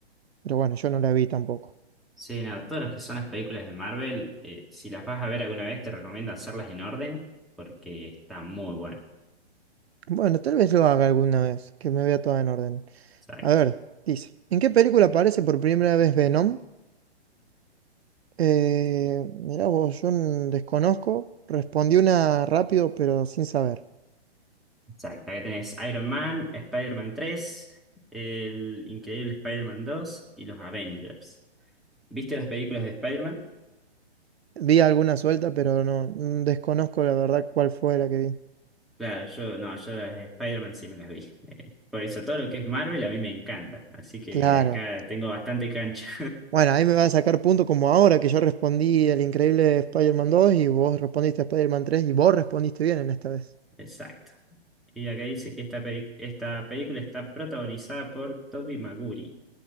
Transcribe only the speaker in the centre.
Sí, no, todas las que son las películas de Marvel, eh, si las vas a ver alguna vez, te recomiendo hacerlas en orden porque está muy bueno.
Exacto.
Exacto, acá tenés Iron Man, Spider-Man tres, el increíble Spider-Man dos y los Avengers. ¿Viste las películas de Spider-Man?
Claro, yo no, yo las de Spider-Man sí me las vi. Eh, por eso todo lo que es Marvel a mí me encanta. Así que
acá tengo bastante cancha.
<laughs> Exacto. Y acá dice que esta, peli- esta película está protagonizada por Tobey Maguire